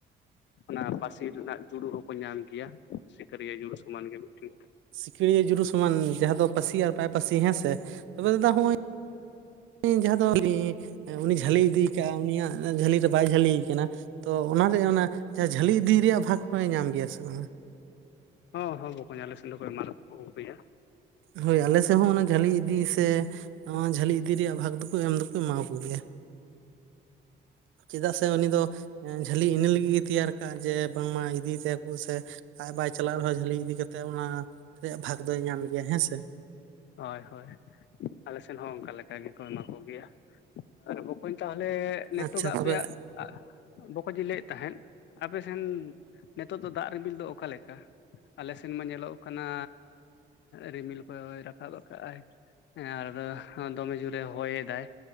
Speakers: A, on the left; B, on the right.
A: ᱚᱱᱟ ᱯᱟᱹᱥᱤ ᱨᱮᱱᱟᱜ ᱡᱩᱲᱩ ᱦᱚᱸᱠᱚ ᱧᱟᱢ ᱜᱮᱭᱟ᱾ ᱥᱤᱠᱟᱹᱨᱤᱭᱟᱹ ᱡᱩᱲᱩ ᱥᱚᱢᱟᱱ ᱜᱮ ᱢᱤᱫᱴᱤᱱ
B: ᱥᱤᱠᱟᱹᱲᱤᱭᱟ ᱡᱩᱞᱩ ᱥᱚᱢᱟᱱ ᱡᱟᱦᱟᱸ ᱫᱚ ᱯᱟᱹᱥᱤ ᱟᱨ ᱵᱟᱭ ᱯᱟᱹᱥᱤ ᱦᱮᱸᱥᱮ ᱛᱚᱵᱮ ᱫᱟᱫᱟ ᱱᱚᱜ-ᱚᱭ ᱧ ᱡᱟᱦᱟᱸ ᱫᱚ <inaudible> ᱩᱱᱤ ᱡᱷᱟᱹᱞᱤ ᱤᱫᱤᱭ ᱠᱟᱜ-ᱟ ᱩᱱᱤᱭᱟᱜ ᱡᱷᱟᱹᱞᱤ ᱨᱮ ᱵᱟᱭ ᱡᱷᱟᱹᱞᱤᱭ ᱠᱟᱱᱟ ᱛᱚ ᱚᱱᱟᱨᱮ ᱚᱱᱟ ᱡᱟᱦᱟᱸ ᱡᱷᱟᱹᱞᱤ ᱤᱫᱤ ᱨᱮᱭᱟᱜ ᱵᱷᱟᱜᱽ ᱦᱚᱸᱭ ᱧᱟᱢ ᱜᱮᱭᱟ ᱥᱮ ᱵᱟᱝᱟ?
A: ᱦᱚᱸ ᱦᱚᱸ ᱵᱟᱠᱚᱧ ᱟᱞᱮ ᱥᱮᱱ ᱫᱚᱠᱚ ᱮᱢᱟᱱᱠᱚ ᱟᱹᱜᱩᱭᱟ᱾
B: ᱦᱳᱭ ᱟᱞᱮ ᱥᱮᱫ ᱦᱚᱸ ᱚᱱᱟ ᱡᱷᱟᱹᱞᱤ ᱤᱫᱤ ᱥᱮ ᱱᱚᱣᱟ ᱡᱷᱟᱹᱞᱤ ᱤᱫᱤ ᱨᱮᱭᱟᱜ ᱵᱷᱟᱜ ᱫᱚᱠᱚ ᱮᱢ ᱫᱚᱠᱚ ᱮᱢᱟ ᱠᱚ ᱜ. ᱮᱭᱟ᱾ ᱪᱮᱫᱟᱜ ᱥᱮ ᱩᱱᱤ ᱫᱚ ᱡᱷᱟᱹᱞᱤ ᱤᱱᱟᱹ ᱞᱟᱹᱜᱤᱫ ᱜᱮ ᱛᱮᱭᱟᱨ ᱠᱟᱜ-ᱟ ᱡᱮ ᱵᱟᱝᱢᱟ ᱤᱫᱤᱭ ᱛᱟᱭᱟᱠᱚ ᱥᱮ ᱟᱡ ᱵᱟᱭ ᱪᱟᱞᱟᱜ ᱨᱮᱦᱚᱸ ᱡᱷᱟᱹᱞᱤ ᱤᱫᱤ ᱠᱟᱛᱮᱜ ᱚᱱᱟ ᱨᱮᱭᱟᱜ ᱵᱷᱟᱜᱽ ᱫᱚᱭ ᱧᱟᱢ ᱜᱮᱭᱟ ᱦᱮᱸᱥᱮ᱾
A: ᱦᱳᱭ ᱦᱳᱭ᱾ ᱟᱞᱮ ᱥᱮᱫ ᱦᱚᱸ ᱚᱱᱠᱟ ᱞᱮᱠᱟ ᱜᱮᱠᱚ ᱮᱢᱟ ᱠᱚᱜᱮᱭᱟ᱾ ᱟᱨ ᱵᱚᱠᱚᱧ ᱛᱟᱦᱚᱞᱮ ᱱᱤᱛᱚᱜ
B: ᱟᱪᱪᱷᱟ ᱛᱚᱵᱮ
A: ᱯᱮᱭᱟᱜ ᱟᱜ, ᱵᱚᱠᱚᱧ ᱤᱧ ᱞᱟᱹᱭᱮᱫ ᱛᱟᱦᱮᱸᱫ᱾ ᱟᱯᱮᱥᱮᱱ ᱱᱤᱛᱚᱜ ᱫᱚ ᱫᱟᱜ ᱨᱤᱨᱤᱞ ᱫᱚ ᱚᱠᱟᱮᱠᱟ? ᱟᱞᱮ ᱥᱮᱱᱢᱟ ᱧᱮᱞᱚᱜ ᱠᱟᱱᱟ ᱨᱤᱢᱤᱞ ᱠᱚᱭ ᱨᱟ ᱠᱟᱵ ᱟᱠᱟᱜ ᱟᱭ᱾ ᱟᱨ ᱫᱚᱢᱮ ᱡᱳᱨᱮ ᱦᱚᱭᱮᱫᱟᱭ᱾